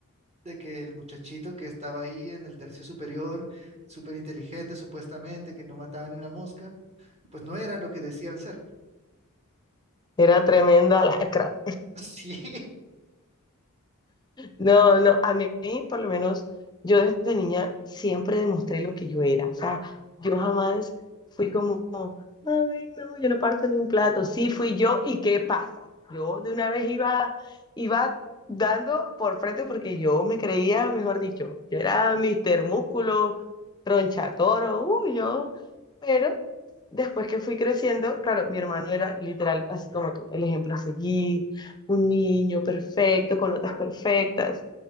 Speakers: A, on the right (about 30°); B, on the left (about 20°).
A: de que el muchachito que estaba ahí en el tercio superior, súper inteligente supuestamente, que no mataba ni una mosca, pues no era lo que decían ser.
B: era tremenda lacra.
A: <laughs> Sí.
B: No, no, a mí, por lo menos, yo desde niña siempre demostré lo que yo era. O sea, yo jamás fui como, ay, no, yo no parto de un plato. Sí, fui yo y ¿qué pasa? Yo de una vez iba, iba dando por frente porque yo me creía, mejor dicho, yo era Mister Músculo, tronchatoro, uy, yo. Pero después que fui creciendo, claro, mi hermano era literal, así como tú, el ejemplo a seguir un niño perfecto, con notas perfectas.